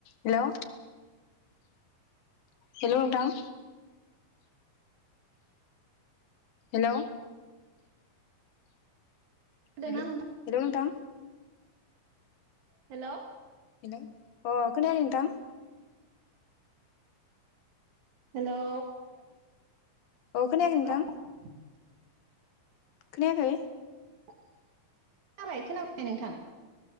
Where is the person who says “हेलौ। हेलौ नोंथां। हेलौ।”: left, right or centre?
Left